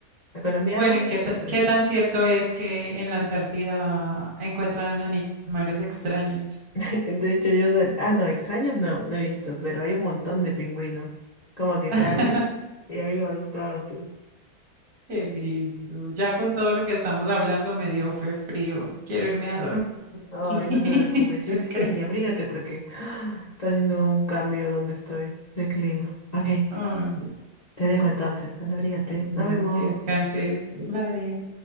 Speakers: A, on the left; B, on the right.
A: a colombianos,
B: Bueno, ¿y qué, ta-
A: portugueses.
B: qué tan cierto es que en la Antártida encuentran animales extraños?
A: <laughs> De hecho, yo sal... Ah, no, extraños no, no he visto, pero hay un montón de pingüinos. Como que
B: <laughs>
A: sales y hay bastantes.
B: Qué lindo. Ya con todo lo que estamos hablando me dio fue frío. Quiero irme
A: Sí.
B: a dormir.
A: Ay,
B: <laughs>
A: no te preocupes. Sí,
B: Yo
A: sí, sí,
B: creo.
A: y abrígate porque <gasps> está haciendo un cambio donde estoy de clima. Ok,
B: Ay,
A: te dejo entonces. Anda, abrígate.
B: bueno,
A: Nos vemos.
B: que descanses. Vale.